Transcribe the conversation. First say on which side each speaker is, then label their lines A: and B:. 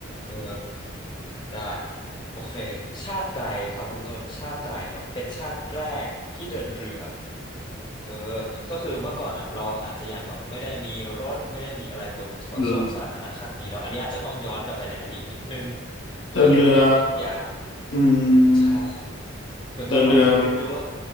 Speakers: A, on the left (about 25°); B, on the left (about 80°).
A: เออ ได้โอเคชาติใดครับคุณต้นชาติใดเนาะเป็นชาติแรกที่เดินเรือเออก็คือเมื่อก่อนอ่ะเราอาจจะยังแบบไม่ได้มีรถไม่ได้มีอะไรขนขนส่งสาธารณะขนาดนี้เนาะอันนี้อาจจะต้องย้อนกลับไปในอดีตนิดนึง
B: เรือเดินเรือ
A: เออแล้วก็อยาก
B: อื
A: ใช่
B: ม
A: คุณต้นลองนึกดูว่า
B: เดินเรือ